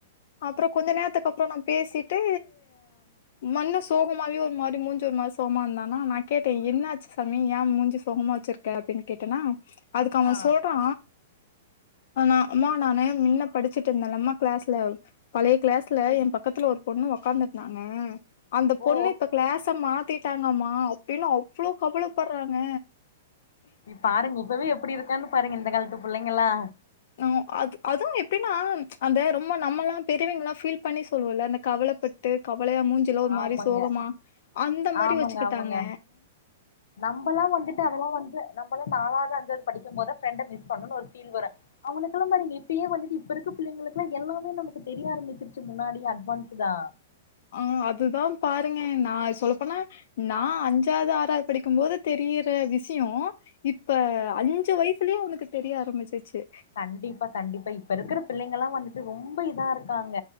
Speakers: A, on the left (about 50°); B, on the left (about 70°).
A: அப்புறோ கொஞ்ச நேரத்துக்கு அப்புறோ நா பேசிட்டு மன்னு சோகமாவே ஒரு மாரி மூஞ்சு ஒரு மாரி சோகமா இருந்தானா நா கேட்டே என்ன ஆச்சு சாமி ஏ மூஞ்சி சோகமா வச்சிருக் கே அப்டின்னு கேட்டன்னா அதுக்கு அவ
B: ஆ
A: சொல்றா ஆ நா அம்மா நானு மின்ன படிச்சுட்டு இருந்தேலே அம்மா கிளாஸ்ல பழைய கிளாஸ்ல
B: சேரி
A: எ பக்கத்துல ஒரு பொண்ணு உக்காந்து இருந்தாங்க அந்த
B: ஓ
A: பொண்ணு இப்ப கிளாஸ்ஸ மா த்திட்டாங்கம்மா அப்டின்னு அவ்ளோ கவலப்படுறாங்க
B: பாருங்க இப்பவே எப்டி இருக்கான்னு பாருங்க இந்த காலத்து புள்ளைங்களா
A: அ அது அதுவு எப்டின்னா அந்த ரொம்ப நம்மல்லா பெரியவங்கல்லா ஃபீல் பண்ணி சொல்லுவோல்ல அந்த கவல பட் டு கவலையா மூஞ்சிலா ஒரு மாரி
B: ஆமாங்க
A: சோகமா அந்த மாரி
B: ஆமாங்க
A: வெச்சுக்கிட்டாங்க
B: ஆமாங்க நம்பல்லா வந்துட்டு அது எல்லா வந்து நம்பல்லா நாலாவது அஞ்சாவது படிக்கு போதா ஃப்ரெண்ட மிஸ் பண்ணுன் ஒரு ஃபீல் வரு அவனுக்கெல்லா பாருங்க இப்பயே வந்துட்டு இப்ப இருக்க பிள்ளைங்களுக்குல்லா எல்லாமே நமக்கு தெரிய ஆரம்பிச்சிருச்சு முன்னாடியே அட்வான்ஸ்டா
A: அ அதுதா பாருங்க நா சொல்ல போனா நா அஞ்சாவது ஆறாவது படிக்கும் போது தெரியிற விஷயோ இப்ப அஞ்சு வயசுலயே அவனுக்கு தெரிய ஆரம்பிச்சிச்சு
B: கண்டிப்பா கண்டிப்பா இப்ப இருக்குற பிள்ளைங்க எல்லா வந்துட்டு ரொம்ப இதா இருக்காங்க